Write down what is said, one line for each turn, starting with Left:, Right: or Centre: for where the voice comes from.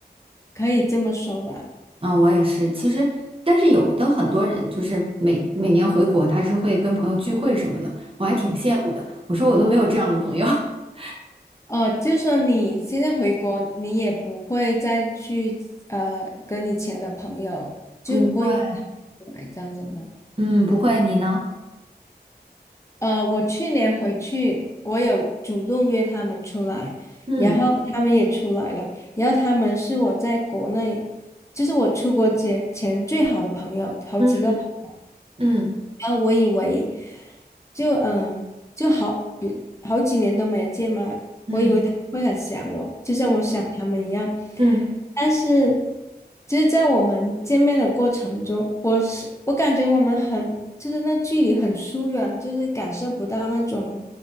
Left: 可以这么说吧。
Right: 嗯，我也是。其实，但是有的很多人就是每每年回国，他是会跟朋友聚会什么的，我还挺羡慕的。我说我都没有这样的朋友。<laughs>
Left: 哦，就是说你现在回国，你也不会再去呃跟以前的朋友，就不会
Right: 不会，
Left: 来这样子吗？
Right: 嗯，不会，你呢？
Left: 呃，我去年回去，我有主动约他们出来，
Right: 嗯
Left: 然后他们也出来了，然后他们是我在国内，就是我出国前前最好的朋友，好几个朋友。
Right: 嗯嗯
Left: 然后我以为就嗯、呃就好，比好几年都没有见嘛，
Right: 嗯嗯
Left: 我以为他会很想我，就像我想他们一样。
Right: 嗯嗯，
Left: 但是，就是在我们见面的过程中，我是我感觉我们很就是那距离很疏远，就是感受不到那种